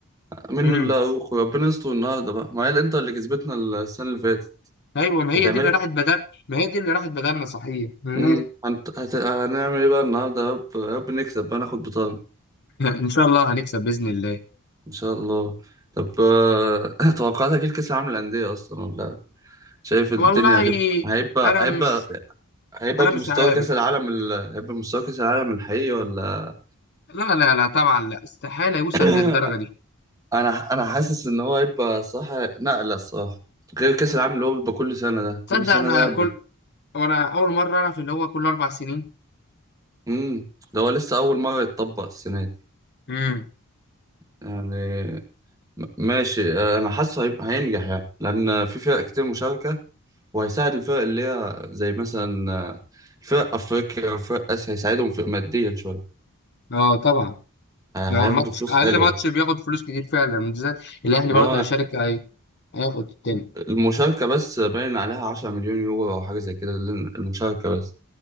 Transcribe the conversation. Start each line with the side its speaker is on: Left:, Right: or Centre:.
Right: منه
Left: امم
Right: اللي اروخو ربنا يستر النهارده بقى ما هي الانتر اللي كسبتنا السنة اللي فاتت
Left: ايوه ما هي
Right: هتعملها
Left: دي اللي راحت بدل ما هي دي اللي راحت بدلنا صحيح مم.
Right: امم هنت... هت... هنعمل ايه بقى النهارده يا رب يا رب نكسب بقى ناخد بطاقة
Left: <laughs> ان شاء الله هنكسب باذن الله
Right: ان شاء الله طب آه، <coughs> <laughs> توقعاتك ايه لكاس العالم للانديه اصلا ولا شايف الدنيا
Left: والله
Right: هتبقى هيبقى
Left: انا
Right: هيبقى
Left: مش
Right: هيبقى
Left: انا
Right: بمستوى
Left: مش عارف
Right: كاس العالم ال... هيبقى بمستوى كاس العالم الحقيقي ولا
Left: لا لا لا طبعا لا استحاله
Right: <coughs>
Left: يوصل
Right: <clears throat>
Left: للدرجه دي
Right: انا انا حاسس ان هو هيبقى صح نقله الصراحه غير كاس العالم اللي هو بيبقى كل سنه ده كل
Left: تصدق
Right: سنه
Left: انا
Right: ده ب...
Left: كل وانا اول مره اعرف ان هو كل اربع سنين
Right: امم ده هو لسه اول مره يتطبق السنه دي
Left: امم
Right: يعني م- ماشي آه، انا حاسه هيبقى هينجح يعني لان في فرق كتير مشاركه وهيساعد الفرق اللي هي زي مثلا آه، الفرق أفريقيا وفرق آسيا هيساعدهم في ماديا شوية
Left: اه طبعا
Right: آه،
Left: ده
Right: هياخدوا
Left: ماتش
Right: فلوس
Left: اقل
Right: حلوة
Left: ماتش بياخد فلوس كتير فعلا بالذات الاهلي
Right: ما
Left: برضه
Right: هو
Left: هيشارك هي- هياخد التاني
Right: المشاركة بس باين عليها 10 مليون يورو أو حاجة زي كده لل- المشاركة بس